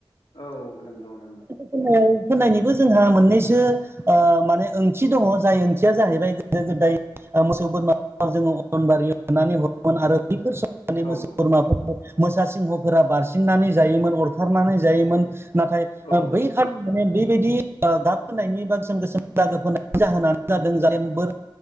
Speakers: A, on the left; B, on the right.
A: औ नंगौ नंगौ
B: फोननायनिबो जोंहा मोननैसो ओ माने ओंथि दङ जाय ओंथिया जाहैबाय गोदो गोदाय मोसौ बोरमा जोङो अरनबारियाव होनानै हरोमोन आरो बैफोर सम मोसौ
A: औ
B: बोरमा मोसा सिंहफोरा बारसिननानै जायोमोन अरथारनानै जायोमोन नाथाय
A: औ
B: बै माने बेबायदि गाब होनायनि बा गोसोम गोसोम दागो फोनायनि जाहोनानो जादों जाथे बोर